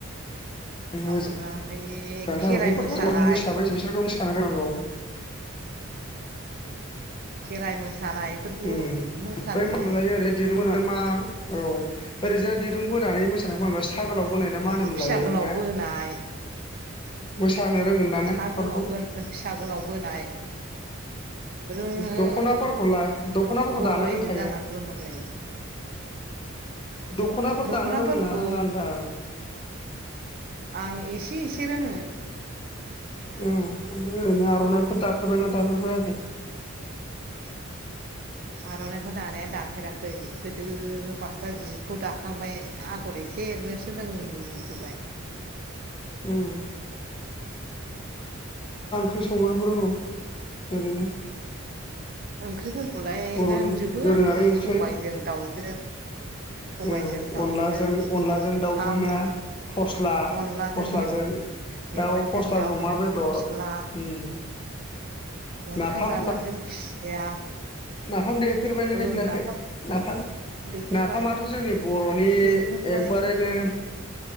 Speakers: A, on the left; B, on the right.
A: मोजां
B: ओमफ्राय ओइ खेराइ
A: थार बेफोरखौ
B: मोसानाय
A: हारिमु हिसाबै बिसोरखौ <unintelligible>
B: खेराइ मोसानाय बेफोरखौ
A: उम
B: मोसानो
A: बै मामोनलायो
B: रोङो
A: ओरै दिरुं बोना मा औ ओरैजा दिरुं बोनानै मोसा बा सागोलाव
B: रोङो
A: बोनायना मा होनोमोन
B: फिसा
A: लायो
B: गोलाव
A: ना
B: बोनाय
A: मोसानो रोंगोन ना ने
B: सा
A: बेफोरखौ
B: गोलाव फिसा गोलाव बोनाय रोङो
A: दख'नाफोरखौलाय दख'नाफोरखौ
B: बर'
A: दानो
B: आइजो
A: रोंखायो
B: जानानै रोङा जायो
A: दख'नाफोर
B: दख'नाफोरखौ
A: दानो रोङो ना रोङा होनदां
B: आं एसे एसे से रोङो
A: ए ओमफ्राय ओरैनो आर'नाइफोर दाफेरबायना दाफेरबायाखै
B: <inaudible> आर'नाइखौ दानाया दाफेराखै गोदो फास्रा जिखौ दाखां खांबाय आगर एसे एरनो सोलोंबोबाय
A: ओम ओंख्रि संनोखौ रोंगौ ओरैनो
B: ओंख्रिफोरखौलाय
A: बर'नि
B: रोंजोबोआनो
A: दोरोङारि ओंख्रि
B: सबायजों दाउजों सबायजों
A: औ
B: दाउजों
A: अनलाजों अनलाजों दाउजोंनो
B: साम'
A: फस्ला
B: अनलाजों
A: फस्लाजों
B: मेवा मेवाइजों
A: दाउ फस्लाजों
B: दाउजों
A: अमा बेदर
B: फस्ला
A: उम
B: अन्थाइ
A: नाफाम
B: बाजाबजों खुसिया
A: नाफाम देफेरबाय ना
B: ओं
A: देफेराखै
B: नाफाम
A: नाफाम
B: देफेरबाय
A: नाफामाथ' जोंनि बर'नि
B: देफेरबाय
A: एकबारैनो